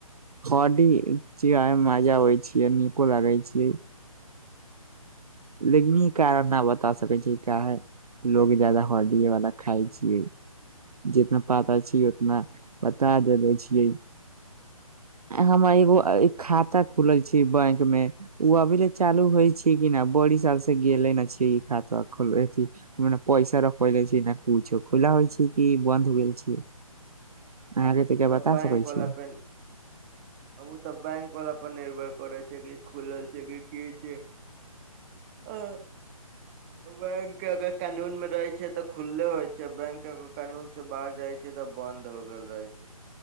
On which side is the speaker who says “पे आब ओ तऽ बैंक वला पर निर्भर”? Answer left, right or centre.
Right